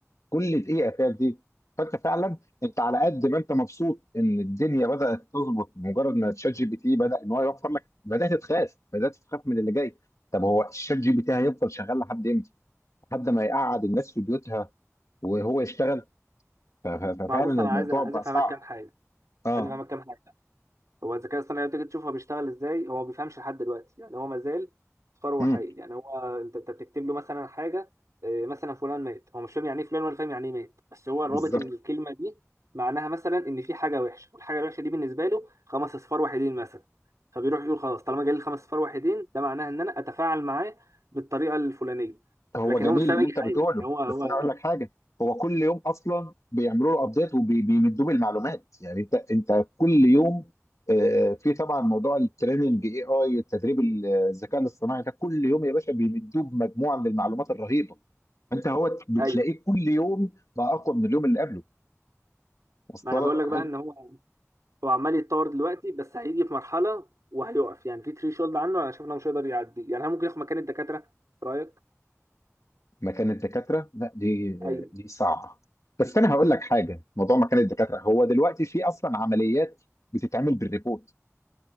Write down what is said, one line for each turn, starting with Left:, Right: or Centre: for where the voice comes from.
Left: كل دقيقه فيها زيت فانت فعلا انت على قد ما انت مبسوط ان الدنيا بدات تظبط بمجرد ما تشات جي بي تي بدا ان هو يوفر لك بدات تخاف بدات تخاف من اللي جاي طب هو الشات جي بي تي هيفضل شغال لحد امتى؟ لحد ما يقعد الناس في بيوتها وهو يشتغل ف- ف- ففعلا
Right: ما هو بص انا
Left: الموضوع
Right: عايز عايز
Left: بقى
Right: افهمك
Left: صعب
Right: كام حاجه
Left: اه
Right: عايز افهمك كام حاجه هو الذكاء الاصطناعي لما تيجي تشوفه بيشتغل ازاي هو ما بيفهمش لحد دلوقتي يعني هو ما زال ثروه
Left: امم
Right: حي يعني هو انت انت بتكتب له مثلا حاجه آه، مثلا فلان مات هو مش فاهم يعني ايه فلان ولا فاهم يعني ايه مات بس هو
Left: بالظبط
Right: رابط ان الكلمه دي معناها مثلا ان في حاجه وحشه والحاجه الوحشه دي بالنسبه له خمس اصفار وحيدين مثلا فبيروح يقول خلاص طالما جالي خمس اصفار وحيدين ده معناها ان انا اتفاعل معاه بالطريقه الفلانيه
Left: هو
Right: لكن
Left: جميل
Right: هو مش فاهم
Left: اللي
Right: اي
Left: انت
Right: حاجه
Left: بتقوله
Right: يعني هو هو
Left: بس انا اقول لك حاجه هو كل يوم اصلا بيعملوا له ابديت وبيمدوه بالمعلومات يعني انت انت كل يوم آه، في طبعا موضوع التريننج اي اي التدريب الذكاء الاصطناعي ده كل يوم يا باشا بيمدوه بمجموعه من المعلومات الرهيبه انت هو بتلاقيه
Right: ايوه
Left: كل يوم بقى اقوى من اليوم اللي قبله وصل
Right: ما انا بقول
Left: لك
Right: لك بقى
Left: حت-
Right: ان هو هو عمال يتطور دلوقتي بس هيجي في مرحله وهيقف يعني في ثري شولد عنه انا شايف انه مش هيقدر يعدي يعني هل ممكن ياخد مكان الدكاتره في رايك
Left: مكان الدكاتره لا دي
Right: ايوه
Left: دي صعبه بس انا هقول لك حاجه موضوع مكان الدكاتره هو دلوقتي في اصلا عمليات بتتعمل بالريبوت